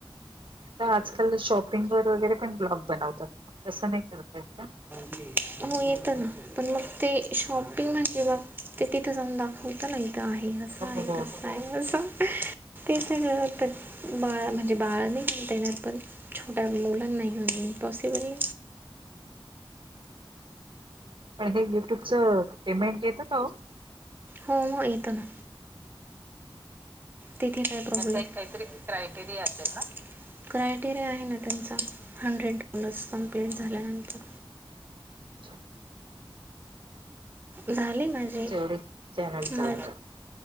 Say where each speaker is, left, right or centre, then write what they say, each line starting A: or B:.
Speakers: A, on the right; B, on the right.
A: आजकाल शॉपिंग वर वगैरे पण ब्लॉग बनवतात ना तस नाही करता येत का?
B: हो येतना. पण मग ते शॉपिंग म्हणजे मग ते तिथं जाऊन दाखवताना हे इथं आहे, असं
A: हो
B: आहे
A: हो
B: तस ते सगळ बाळा म्हणजे बाळ नाही म्हणता येनार पर छोट्या मुलांना नाही हो पॉसिबली
A: पण हे युट्यूबचं पेमेंट येत का हो?
B: हो मग येत ना. तिथे का काहीतरी, क्रॉयटेरिया असेल ना? क्रायटेरिया आहे ना त्यांचा हंड्रेड डॅलस कमप्लीट झाल्यानंतर.
A: म्हणूनच
B: झालीत. माझी
A: एवढे चॅनल चालतात
B: मा.